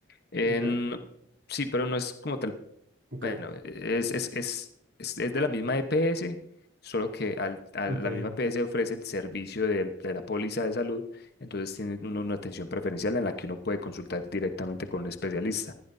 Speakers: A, on the left; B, on the right.
A: en-
B: Y ya,
A: sí, pero no es como tal
B: ok,
A: Bueno, es, es, es, es, es de la misma EPS, solo que al, a
B: ok,
A: la misma EPS ofrece el servicio del- de, la póliza de salud, entonces tiene uno una atención preferencial en la que uno puede consultar directamente con un especialista,